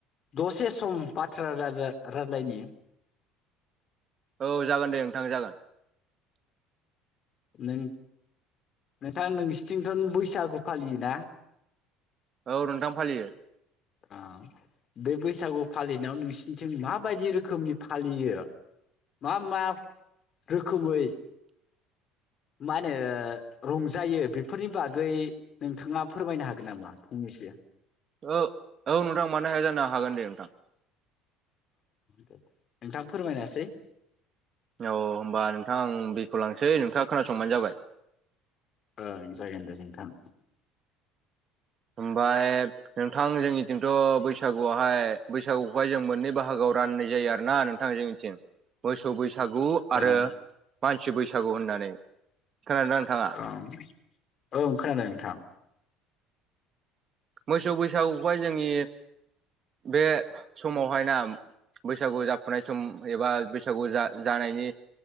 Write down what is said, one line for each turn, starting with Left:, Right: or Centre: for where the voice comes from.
Left: दसे सम बाथ्रा रा- रा-रायज्लायनि।
Right: औ जागोन दे नोंथां जागोन।
Left: नों नोंथां नोंसिनिथिंथ' बैसागु फालियोना?
Right: औ नोंथां फालियो।
Left: आ बे बैसागु फालिनायाव नोंसिनिथिं माबायदि रोखोमनि फालियो? मा मा रोखोमै मा होनो रंजायो बेफोरनि बागै नोंथाङा फोरमायनो हागोन नामा फंनैसो?
Right: औ औ नोंथां मानो हाया जानो हागोन दे नोंथां।
Left: दे नोंथां फोरमायनोसै -
Right: औ होनोमबा नोंथां आं बेखेव लांसै नोंथाङा खोनासंबानो जाबाय।
Left: ओं जागोन दे नोंथां।
Right: ओमफ्राय नोंथां जोंनिथिंथ' बैसागुआवहाय बैसागुखौहाय जों मोननै बाहागोआव राननाय जायो आरोना नोंथां। जोंनिथिं मोसौ बैसागु आरो
Left: ओं
Right: मानसि बैसागु होननानै खोनादोंना नोंथाङा?
Left: ओं ओ खोनादों नोंथां।
Right: मोसौ बैसागुखौहाय जोंनि बे समावहाय ना बैसागु जाफुनाय सम एबा बैसागु जा जानायनि